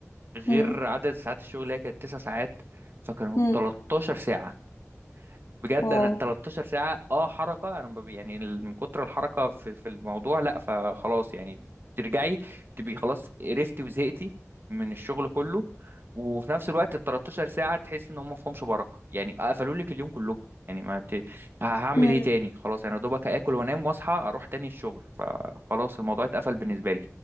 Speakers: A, on the right; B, on the left.
A: غير
B: مم.
A: عدد ساعات الشغل اللي هي كانت تسع ساعات فكانوا
B: مم.
A: 13 ساعة بجد
B: واو
A: انا ال 13 ساعه اه حركه انا ب- يعني ال- من كتر الحركه في في الموضوع لا فخلاص يعني ترجعي تبقي خلاص قرفتي وزهقتي من الشغل كله وفي نفس الوقت ال 13 ساعه تحس ان هم ما فيهمش بركه يعني قفلوا لك اليوم كلهم يعني ما بت... ه- هعمل
B: مم.
A: ايه تاني خلاص انا دوبك اكل وانام واصحى اروح تاني الشغل فخلاص الموضوع اتقفل بالنسبه لي